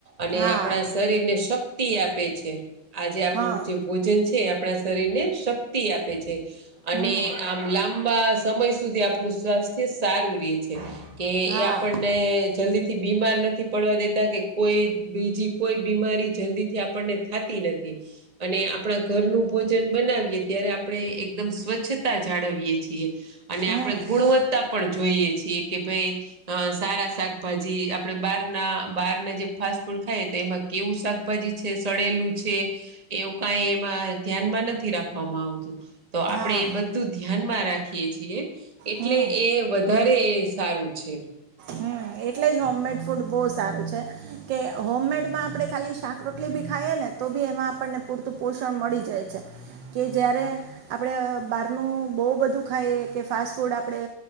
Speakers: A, on the right; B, on the right.
A: અને
B: હા
A: આપણા સ શરીર ને શક્તિ આપે છે આજે આપણું
B: હા
A: જે, ભોજન છે એ આપણા શરીર ને શક્તિ આપે છે. અને
B: હમ
A: આમ લાંબા સમય સુધી આપડું સ્વાસ્થ્ય સારું રે છે. કે
B: હા
A: એ આપણને જલ્દી થી બીમાર નથી પડવા દેતા કે કોઈ બીજી, કોઈ બીમારી જલ્દીથી આપણને થાતી નથી. અને આપણા ઘરનું ભોજન બનાવીએ ત્યારે આપણે એકદમ સ્વચ્છતા જાળવીએ છીએ. અને
B: હમ
A: આપણે ગુણવત્તા પણ જોઈએ છીએ કે ભાઈ અ સ સારા શાકભાજી આપડે બહારના બહારના જે ફાસ્ટ ફૂડ ખાઈએ તો એમાં કેવું શાક ભાજી છે સળેલું છે એવું કાઈ એમાં ધ્યાનમાં નથી રાખવામાં આવતું. તો આપણે
B: હા
A: એ બધું ધ્યાનમાં રાખીએ છીએ એટલે
B: હમ
A: એ વ ઘરે એ સારું છે.
B: હમ એટલે જ હોમમેડ ફૂડ બહુ સારું છે. કે હોમમેડમાં આપડે ખાલી શાક-રોટલી બી ખાઈએ ને, તો બી એમાં આપણને પૂરતું પોષણ મળી જાય છે. કે જયારે આપડે બારનું બહુ બધું ખાઈએ કે, ફાસ્ટ ફૂડ આપડે